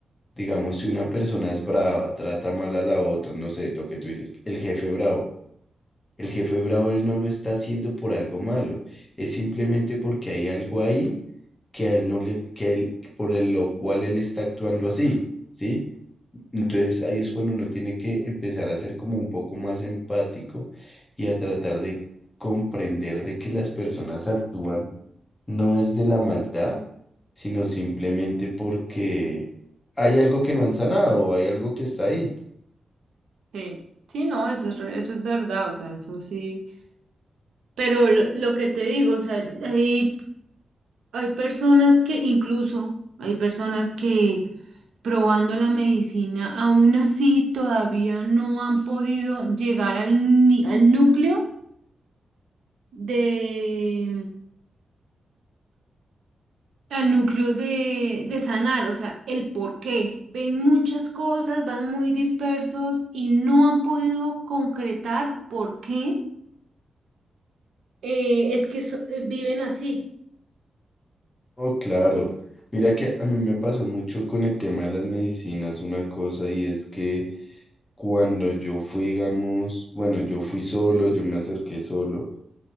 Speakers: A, on the left; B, on the right.
A: Digamos, si una persona es brava, trata mal a la otra, no sé, lo que tú dices, el jefe bravo. El jefe bravo él no lo está haciendo por algo malo, es simplemente porque hay algo ahí que a él no le, que él, por el- lo cual él está actuando así, ¿sí? Entonces ahí es cuando uno tiene que empezar a ser como un poco más empático y a tratar de comprender de que las personas actúan no es de la maldad, sino simplemente porque hay algo que no han sanado o hay algo que está ahí.
B: sí, sí, no, eso es, re- eso es verdad, o sea, eso sí, Pero lo, lo que te digo, o sea, hay, hay personas que incluso, hay personas que probando la medicina, aún así todavía no han podido llegar al, ni- al núcleo de, al núcleo de, de sanar, o sea, el por qué. Ven muchas cosas, van muy dispersos y no han podido concretar por qué eh, es que so- eh, viven así.
A: Oh, claro. Mira que a mí me pasó mucho con el tema de las medicinas una cosa y es que cuando yo fui, digamos, bueno, yo fui solo, yo me acerqué solo